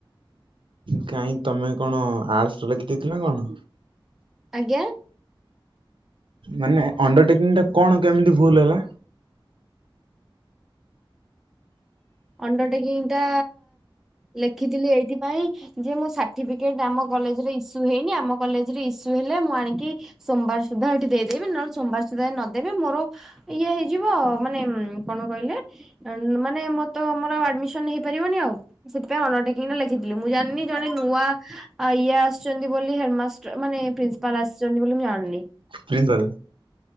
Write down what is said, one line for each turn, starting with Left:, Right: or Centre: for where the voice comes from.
Right: କାହିଁ ତମେ କଣ ଆର୍ଟଶର ଲେଖି ଦେଇଥିଲ ନା କଣ?
Centre: ଆଜ୍ଞା
Right: ମାନେ ଅଣ୍ଡରଟେକିଂ ଟା କଣ କେମିତି ଭୁଲ ହେଲା?
Centre: ଅଣ୍ଡରଟେକିଙ୍ଗଟା ଲେଖିଥିଲି ଏଇଥିପାଇଁ ଯେ ମୁଁ ସାର୍ଟିଫିକେଟ ଆମ କଲେଜରେ ଇସୁ ହେଇନି ଆମ କଲେଜରେ ଇ ସୁ ହେଲେ ମୁଁ ଆଣିକି ସୋମବାର ସୁଦ୍ଧା ଏଠି ଦେଇଦେବି, ନହେଲେ ସୋମବାର ସୁଦ୍ଧା ନଦେବି ମୋର ଇଏ ହେଇଯିବ। ହଁ ମାନେ କଣ କହିଲେ ମାନେ ମତ ତ ମୋର ଆଡମିସନ ହେଇପାରିବନି ଆଉ, ସେଥିପାଇଁ ଅଣ୍ଡରଟେକିଙ୍ଗଟା ଲେଖିଥିଲି ମୁଁ ଜାଣିନି ଜଣେ ନୂଆ ଆ ଇଏ ଆସିଛନ୍ତି ବୋଲି ହେଡମାଷ୍ଟର ମାନେ ପ୍ରିନ୍ସିପାଲ ଆସିଛନ୍ତି ବୋଲି ମୁଁ ଜାଣିନି
Right: ପ୍ରିନ୍ସିପାଲ